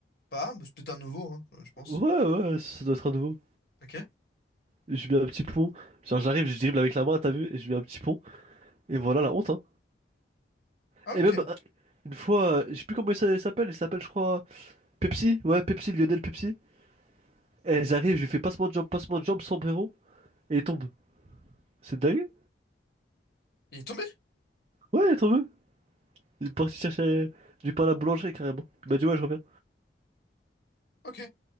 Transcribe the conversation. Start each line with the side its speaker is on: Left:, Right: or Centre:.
Left: pas, mais c'est peut-être un nouveau, hein, euh, je pense.
Right: Ouais, ouais, ça doit être un nouveau.
Left: Ok.
Right: J'ai mis un petit pont. Genre, j'arrive, je dribble avec la main, t'as vu? Et je mets un petit pont. Et voilà la honte, hein.
Left: Ah,
Right: Et
Left: ouais, ok.
Right: même, euh, une fois, euh, je sais plus comment il s'a- il s'appelle. Il s'appelle, je crois, Pepsi. Ouais, Pepsi, Lionel Pepsi. Et j'arrive, je lui fais passement de jambe, passement de jambe, sombrero. Et il tombe. C'est dingue?
Left: Il est tombé?
Right: Ouais, il est tombé. Il est parti chercher du pain à la boulangerie, carrément. Il m'a dit, ouais, je reviens.
Left: Ok.